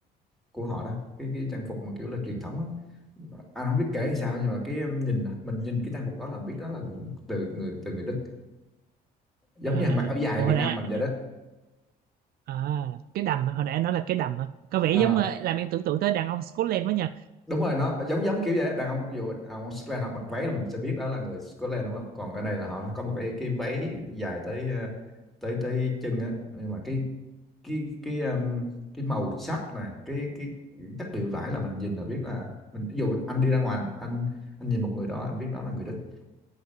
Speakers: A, in the centre; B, on the right (about 65°).
A: của họ đó cái cái trang phục mà kiểu là truyền thống á anh không biết kể làm sao nhưng mà cái um, nhìn mình nhìn cái trang phục đó là biết đó là nguồn- từ người từ người Đức giống
B: à
A: như anh mặc áo dài
B: ủa
A: Việt
B: hồi
A: Nam
B: nãy
A: mình vậy đó
B: à cái đầm hồi nãy anh nói là cái đầm hả có vẻ
A: à,
B: giống ờ, làm em tưởng tượng tới đàn ông Scotland quá nha
A: đúng rồi nó giống giống kiểu vậy á. đàn ông ví dụ ông Scotland họ mặc váy là mình sẽ biết đó là người Scotland đúng không còn ở đây là họ có một cái cái váy dài tới ờ, tới tới chân á nhưng mà cái cái cái um, cái màu sắc nè cái cái chất liệu vải là mình nhìn là biết là mình ví dụ anh đi ra ngoài anh anh nhìn một người đó anh biết đó là người Đức